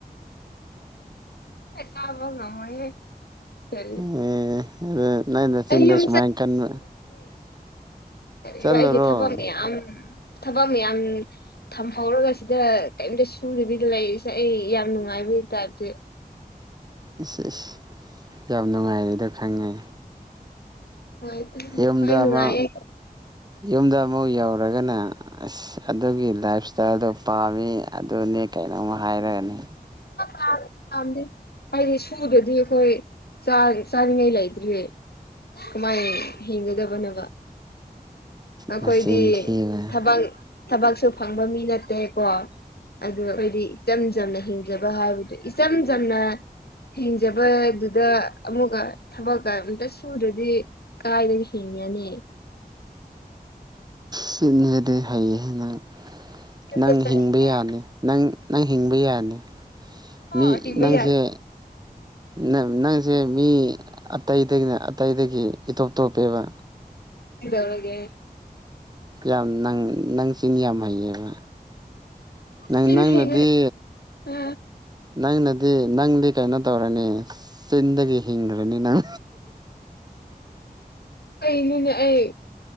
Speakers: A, on the left; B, on the right.
A: ꯑꯩ ꯆꯥꯕ ꯉꯥꯝꯃꫭꯏ ꯍꯦ <unintelligible>
B: ꯑꯦ ꯑꯗꯨ ꯅꯪ ꯅꯥꯆꯤꯟꯗꯣ
A: ꯌꯨꯝ
B: ꯁꯨꯃꯥꯏ ꯀꯟꯕ
A: ꯀꯔꯤꯅꫭ
B: ꯆꯠꯂꯨꯔꯣ
A: ꯑꯩꯒꯤ ꯊꯕꯛ ꯃꯌꯥꯝ ꯊꯕꯛ ꯃꯌꯥꯝ ꯊꯝꯍꯧꯔꯒ ꯁꯤꯗ ꯀꯔꯤꯝꯇ ꯁꯨꯡꯗꯕꯤꯗ ꯂꯩꯔꯤꯁꯦ ꯑꯩ ꯌꯥꯝ ꯅꯨꯡꯉꯥꯏꯕꯒꯤ ꯇꯥꯏꯞꯇꯥ
B: ꯏꯁ ꯏꯁ ꯌꯥꯝ ꯅꯨꯡꯉꯥꯏꯔꯦꯗ ꯈꯪꯉꯦ꯫
A: ꯅꯨꯡꯉꯥꯏꯇꯦ
B: ꯌꯨꯝꯗ
A: ꯍꯣꯏ ꯅꯨꯡꯉꯥꯏꯌꯦ
B: ꯑꯃꯨꯛ ꯌꯨꯝꯗ ꯑꯃꯨꯛ ꯌꯧꯔꯒꯅ ꯑꯁ ꯑꯗꯨꯒꯤ ꯂꯥꯏꯞ ꯏꯁꯇꯥꯏꯜꯗꯣ ꯄꯥꯝꯃꯤ ꯑꯗꯨꯅꯤ ꯀꯩꯅꯣꯝ ꯍꯥꯏꯔꯛꯑꯅꯤ꯫
A: ꯄꯥꯛ ꯄꯥꯝꯗꯦ ꯍꯥꯏꯗꯤ ꯁꯨꯗꯔꯗꯤ ꯑꯩꯈꯣꯏ ꯆꯥꯅꯤꯡꯉꯩ ꯂꯩꯇ꯭ꯔꯤꯌꯦ꯫ ꯀꯃꯥꯏ ꯍꯤꯡꯒꯗꯕꯅꯣꯕ꯫ ꯑꯩꯈꯣꯏꯗꯤ
B: ꯅꯆꯤꯟ ꯊꯤꯕ
A: ꯊꯕꯛ ꯊꯕꯛꯁꯨ ꯐꯪꯕ ꯃꯤ ꯅꯠꯇꯦꯀꯣ ꯑꯗꯨꯒ ꯑꯩꯈꯣꯏꯗꯤ ꯏꯆꯝ ꯆꯝꯅ ꯍꯤꯡꯖꯕ ꯍꯥꯏꯕꯗꯨ ꯏꯆꯝ ꯆꯝꯅ ꯍꯤꯡꯖꯕ ꯑꯗꯨꯗ ꯑꯃꯨꯛꯀ ꯊꯕꯛꯀ ꯑꯝꯇ ꯁꯨꯗ꯭ꯔꯗꯤ ꯀꯥꯏꯗ ꯍꯤꯡꯉꯅꯤ꯫
B: ꯁꯤꯟꯅꯗꯤ ꯐꯩꯌꯦ ꯅꯪ
A: ꯌꯨꯝꯗ
B: ꯅꯪ
A: ꯆꯠꯅꯤꯡꯉꯦ
B: ꯍꯤꯡꯕ ꯌꯥꯅꯤ ꯅꯪ ꯅꯪ ꯍꯤꯡꯕ ꯌꯥꯅꯤ
A: ꯍꯣꯏ
B: ꯃꯤ
A: ꯍꯤꯡꯕ
B: ꯅꯪꯁꯦ
A: ꯌꯥꯏ
B: ꯅꯪ ꯅꯪꯁꯦ ꯃꯤ ꯑꯇꯩꯗꯒꯤꯅ ꯑꯇꯩꯗꯒꯤ ꯏꯇꯣꯞ ꯇꯣꯞꯄꯦꯕ
A: ꯀꯩꯗꯧꯔꯒꯦ
B: ꯌꯥꯝ ꯅꯪ ꯅꯪ ꯆꯅꯤ ꯌꯥꯝ ꯍꯩꯌꯦꯕ ꯅꯪ
A: ꯆꯤꯟ
B: ꯅꯪꯅꯗꯤ
A: ꯍꯩꯕ ꯑ
B: ꯅꯪꯅꯗꯤ ꯅꯪꯗꯤ ꯀꯩꯅꯣ ꯇꯧꯔꯅꯤ ꯆꯤꯟꯗꯒꯤ ꯍꯤꯡꯈ꯭ꯔꯅꯤ ꯅꯪ
A: ꯀꯩꯅꯣꯅꯦ ꯑꯩ